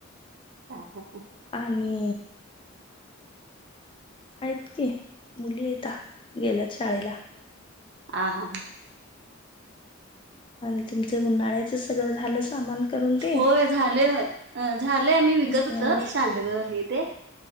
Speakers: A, on the right; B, on the left.
A: ह हा
B: आणि आहेत की, मुली हैता, गेल्यात शाळेला.
A: आ, हा
B: आणि तुमचं, उन्हाळ्याच सगळं झालं सामान करून ते
A: होय झालंय, झालंय मी विकत
B: हा
A: होत सांडग हे ते.